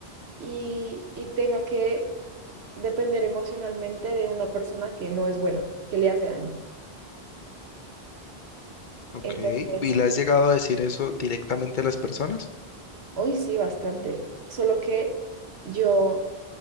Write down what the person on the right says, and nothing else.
y, y tenga que depender emocionalmente de una persona que no es buena, que le hace daño.
Entonces,
hoy sí, bastante, solo que yo